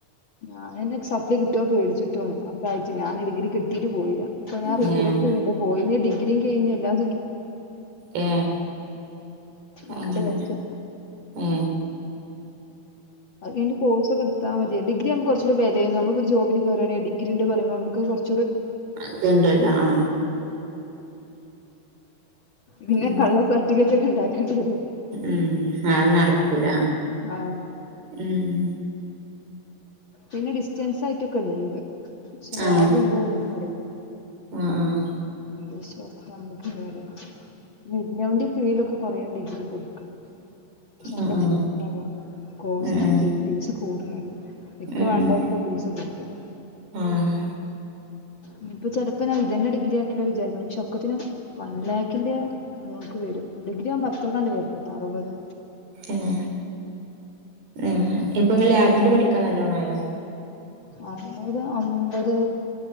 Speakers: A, on the left; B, on the right.
A: ഞാനന്നെ സപ്ലി കിട്ടോ പേടിച്ചിട്ടും അപ്പ ആയിട്ട് ഞാൻ ഡിഗ്രി കിട്ടീട്ട് പോയില്ല ഇപ്പൊ ഞാൻ റിഗ്രെറ്റ്
B: ഏഹ്
A: ചെയ്യുണ്ട് പോയങ്കി ഡിഗ്രീം കഴിഞ്ഞ് എല്ലാ
B: ഏ
A: നാല്
B: അങ്ങന
A: വർഷം
B: ഏ
A: ഇനി കോഴ്സോക്കെടുത്താ മതി ഡിഗി ആമ്പോ കൊച്ചുടി വെലയാ നമ്മക്ക് ഒരു ജോബിന് കേറണേ ഡിഗ്രിഡ് പറയുമ്പോ നമുക്ക് കുറ
B: അതണ്ടല്ല ആ
A: പിന്നെ
B: ഉം
A: കള്ള സർട്ടിഫിക്കറ്റ് ഒക്കെ ഇണ്ടാക്കേണ്ടി വരും
B: ഉം അ നടക്കൂല
A: ആഹ്
B: ഉം.
A: പിന്നെ ഡിസ്റ്റൻസ് ആയിറ്റോക്കിണ്ട്. ക്ഷെ വ്യാജം
B: ആഹ്
A: ണ്ടോ ഒന്നും അറില്ല.
B: ആഹ് ആഹ്
A: എന്ത് വിശ്വാസ്ത്തിലാ മ്മള് ഇഗ്നുന്റെ കീഴിലൊക്കെ കൊറ ഡിഗ്രി കൊടു നല്ല
B: ആഹ് ഉം
A: ഫീസടാ കോഴ്സിനു
B: ഉം
A: <inaudible> കൂടലുണ്ട് എക്ക്
B: ഉം ഉം
A: വേണ്ടക്കെ ഫീസ് കൂടുതല
B: ആഹ്
A: ഇ ഇപ്പ ചിലപ്പോ നാ ഇതന്നെ ഡിഗ്രി ആക്കിട്ട വിചാരിക്കണ് പക്ഷെ ഒക്കത്തിനും വല്ലായിക്കില്ല മോക്ക്‌ വരും ഡിഗ്രി ആമ്പ അത്രക്കണ്ട് വരില്ല കേട്ട അറുവത്
B: ഉം ഉം ഇപ്പൊ ഈ ലാബിന്റെ പഠിക്കാൻ നല്ലോണായോ
A: അതിനൊരമ്പത്